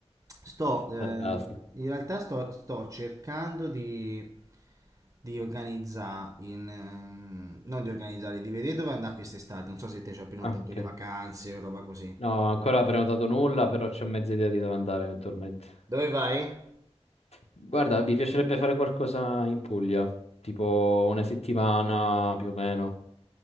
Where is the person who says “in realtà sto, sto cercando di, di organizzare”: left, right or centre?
Right